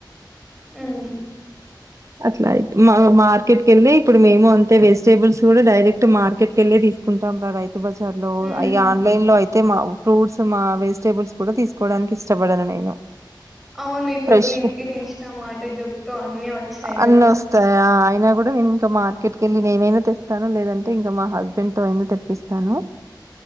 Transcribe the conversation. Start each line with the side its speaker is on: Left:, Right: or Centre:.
Centre: ఉమ్
Right: అట్లా ఇట్లా <unintelligible> మార్కెట్ వెళ్ళి ఇప్పుడు మేము అంతే వేసి టేబుల్స్ కూడా డైరెక్ట్ మార్కెట్ వెళ్ళి తీసుకుంటాం. రా <unintelligible> బజార్ లో
Centre: ఉమ్
Right: అయ ఆన్లైన్ లో అయి అయితే మా ఫ్రూట్స్, మా వెజిటేబుల్స్ కూడా తీసుకోవడానికి ఇష్టపడాను నేను.
Centre: అవును ఇప్పుడు
Right: ఫ్రెష్
Centre: బ్లింకింట్, ఇన్స్టామాట్, జంప్టో అన్ని వచ్చాయి. కదా
Right: అన్ని వస్తాయా అయినా కూడా నేను ఇంకా మార్కెట్కి వెళ్ళి నేనైనా స్తాను లేదంటే ఇంకా మా హస్బెండ్ తో అయినా తెప్పిస్తాను.